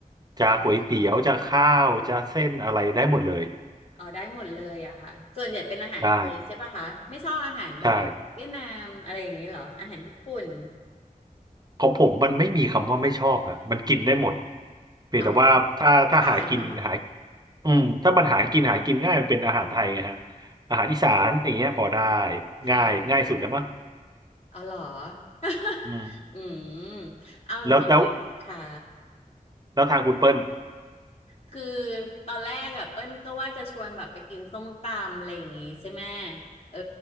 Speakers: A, on the right; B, on the left.
A: จะก๋วยเตี๋ยวจะข้าวจะเส้นอะไรได้หมดเลย
B: อ๋ออ๋อได้หมดเลยอะค่ะส่วนใหญ่เป็นอาหารไทยใช่ปะคะไม่ชอบอาหารแบบว่าเวียดนามอะไรอย่างนี้เหรออาหารญี่ปุ่น
A: ใช่ใช่ของผมมันไม่มีคำว่าไม่ชอบฮะมันกินได้หมดเพียงแต่ว่าถ้าถ้าหากินหา
B: อ๋อผู้ชายเนาะ
A: อืมถ้ามันหากินหากินง่ายมันเป็นอาหารไทยไงฮะอาหารอีสานอย่างเงี้ยพอได้
B: อืมค่ะ
A: ง่ายง่ายสุดแล้วมั้ง
B: เอาเหรอ <laughs>
A: อืม
B: อืมเอาอย่างนี้ค่ะ
A: แล้วแล้วแล้วทางคุณเปิ้ล
B: คือตอนแรกอะเปิ้ลก็ว่าจะชวนแบบไปกินส้มตำอะไรอย่างงี้ใช่ไหมเออ